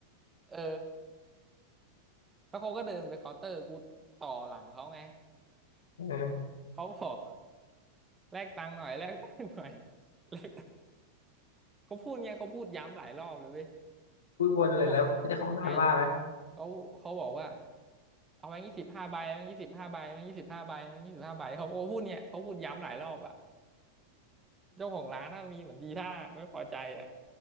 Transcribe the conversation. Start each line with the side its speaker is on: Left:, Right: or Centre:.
Right: เออแล้วเขาก็เดินไปเคาน์เตอร์กูต่อหลังเขาไง
Left: เออ
Right: เขาบอกแลกตังค์หน่อยแลกตังค์หน่อยแลกตังค์เขาพูดเงี้ยเขาพูดย้ำหลายรอบเลยเว้ย
Left: พูดวนเลยแล้วเจ้าของร้านว่าไหม
Right: เขาบอกใช่เขาเขาบอกว่าเอาแบงค์ยี่สิบห้าใบแบงค์ยี่สิบห้าใบแบงค์ยี่สิบห้าใบแบงค์ยี่สิบห้าใบาเขาโอ้พูดเงี้ยเขาพูดย้ำหลายรอบอะ เจ้าของร้านน่ะมีเหมือนดีท่าไม่พอใจอ่ะ